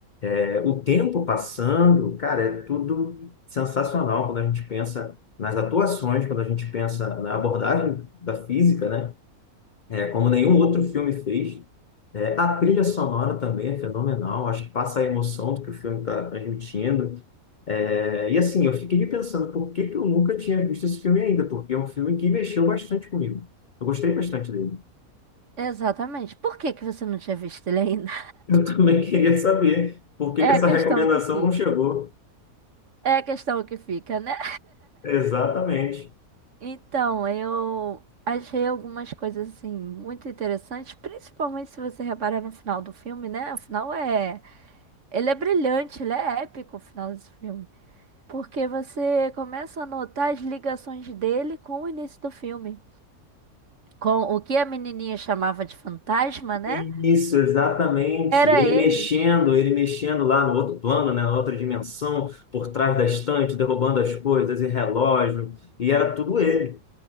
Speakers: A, on the left (about 60°); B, on the right (about 55°).
A: É, o tempo passando, cara, é tudo sensacional quando a gente pensa nas atuações, quando a gente pensa na abordagem da física, né? É, como nenhum outro filme fez. É, a trilha sonora também é fenomenal, acho que passa a emoção do que o filme está transmitindo. É, e assim, eu fiquei pensando por que que eu nunca tinha visto esse filme ainda, porque é um filme que mexeu bastante comigo. Eu gostei bastante dele.
B: Exatamente. Por que que você não tinha visto ele ainda? <laughs>
A: <laughs> Eu também queria saber por que
B: É
A: que essa
B: a questão
A: recomendação
B: que fica.
A: não chegou.
B: É a questão que fica, né?
A: Exatamente.
B: Então, eu achei algumas coisas assim muito interessantes, principalmente se você reparar no final do filme, né? O final é, ele é brilhante, ele é épico o final desse filme, porque você começa a notar as ligações dele com o início do filme, com o que a menininha chamava de fantasma, né?
A: Isso, exatamente.
B: Era
A: Ele
B: ele,
A: mexendo, ele mexendo lá no outro plano, né, na outra dimensão, por trás da estante, derrubando as coisas e relógio, e era tudo ele.